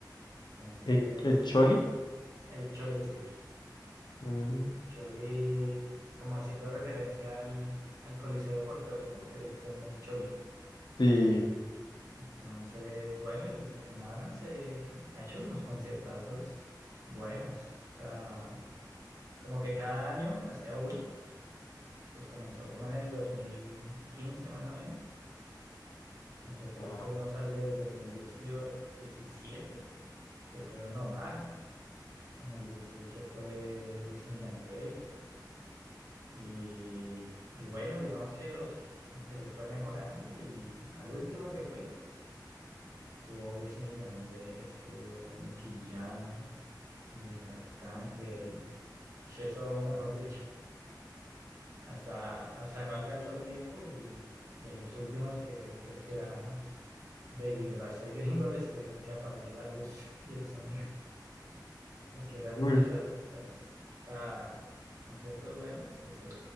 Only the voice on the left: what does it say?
¿El, el Choli?
Mm,
Sí.
Ah.
Uy,